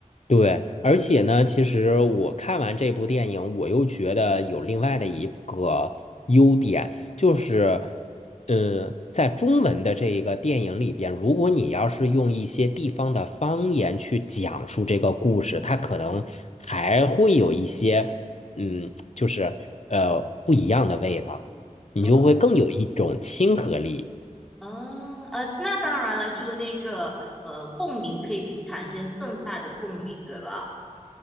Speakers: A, on the left; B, in the centre.
A: 对，而且呢，其实我看完这部电影，我又觉得有另外的一个优点，就是，嗯，在中文的这一个电影里边，如果你要是用一些地方的方言去讲述这个故事，它可能还会有一些，嗯，就是呃不一样的味道，你就会更有一种亲和力。
B: 嗯啊呃，那当然了，就那个呃共鸣可以比产生更大的共鸣，对吧？